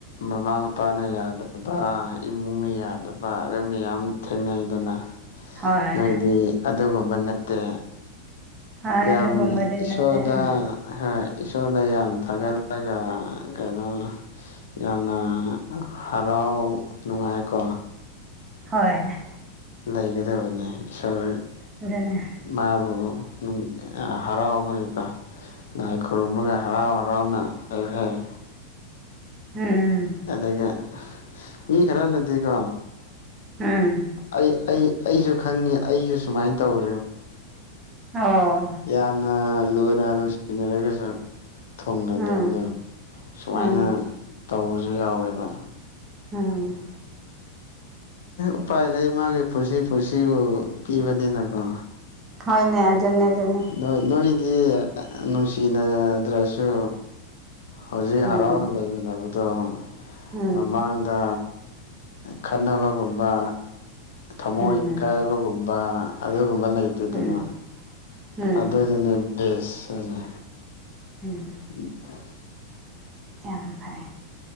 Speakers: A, on the left; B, on the right.
A: ꯃꯃꯥ ꯃꯄꯥꯅ ꯌꯥꯗꯕ ꯏꯃꯨꯡꯅ ꯌꯥꯗꯕ ꯑꯗꯩ ꯃꯌꯥꯝ ꯊꯦꯡꯅꯩꯗꯅ
B: ꯍꯣꯏ
A: ꯅꯣꯏꯗꯤ ꯑꯗꯨꯒꯨꯝꯕ ꯅꯠꯇꯦ
B: ꯍꯣꯏ
A: ꯌꯥꯝ
B: ꯑꯗꯨꯒꯨꯝꯕꯗꯤ
A: ꯏꯁꯣꯔꯗ
B: ꯅꯠꯇꯦ ꯎꯝ
A: ꯍꯣꯏ ꯏꯁꯣꯔꯗ ꯌꯥꯝ ꯊꯥꯒꯠꯂꯒ ꯀꯩꯅꯣ ꯌꯥꯝꯅ ꯍꯔꯥꯎ ꯅꯨꯡꯉꯥꯏꯀꯣ
B: ꯍꯣꯏ
A: ꯂꯩꯒꯗꯕꯅꯤ ꯏꯁꯣꯔ
B: ꯑꯗꯨꯅꯦ
A: ꯃꯥꯕꯨ ꯅꯨꯡ ꯑꯥ ꯍꯔꯥꯎꯕꯒꯤꯀꯣ ꯂꯥꯏ ꯈꯨꯔꯨꯝꯃꯒ ꯍꯔꯥꯎ ꯍꯔꯥꯎꯅ ꯂꯩꯈꯔ‌ꯦ
B: ꯎꯝ ꯎꯝ
A: ꯑꯗꯨꯒ ꯃꯤ ꯈꯔꯅꯗꯤꯀꯣ
B: ꯎꯝ
A: ꯑꯩ ꯑꯩ ꯑꯩꯁꯨ ꯈꯪꯉꯤ ꯑꯩꯁꯨ ꯁꯨꯃꯥꯏꯅ ꯇꯧꯔꯦ
B: ꯑꯣ
A: ꯌꯥꯝꯅ ꯂꯨꯅ ꯅꯨꯡ ꯁꯤꯅꯔꯒꯁꯨ ꯊꯣꯡꯅꯗꯕꯗꫭ
B: ꯎꯝ
A: ꯁꯨꯃꯥꯏꯅ
B: ꯎꯝ
A: ꯇꯧꯕꯁꯨ ꯌꯥꯎꯋꯦꯕ
B: ꯎꯝ
A: ꯎꯄꯥꯏ ꯂꯩ ꯃꯥꯒꯤ ꯄꯨꯟꯁꯤ ꯄꯨꯟꯁꯤꯕꯨ ꯄꯤꯕꯅꯤꯅꯀꯣ
B: ꯍꫭꯏꯅꯦ ꯑꯗꯨꯅ‌ꯦ ꯑꯗꯨꯅ‌ꯦ
A: ꯅꯣꯏ ꯅꯣꯏꯗꯤ ꯅꯨꯡꯁꯤꯅꯗ꯭ꯔꯁꯨ ꯍꯧꯖꯤꯛ
B: ꯎꯝ
A: ꯍꯔꯥꯎꯅ ꯂꯩꯃꯤꯟꯅꯕꯗꯣ
B: ꯎꯝ
A: ꯃꯃꯥꯡꯗ ꯈꯠꯅꯕꯒꯨꯝꯕ ꯊꯃꯣꯏ
B: ꯎꯝ
A: ꯏꯀꯥꯏꯕꯒꯨꯝꯕ ꯑꯗꯨꯒꯨꯝꯕ ꯂꯩꯇ‌ꯦꯗꯅ
B: ꯎꯝ ꯎꯝ
A: ꯑꯗꯨꯗꯨꯅ‌ꯦ ꯕꯦꯁ ꯍꯥꯏꯁꯦ
B: ꯎꯝ
A: ꯎꯝ <unintelligible>
B: ꯌꯥꯝ ꯐꯩ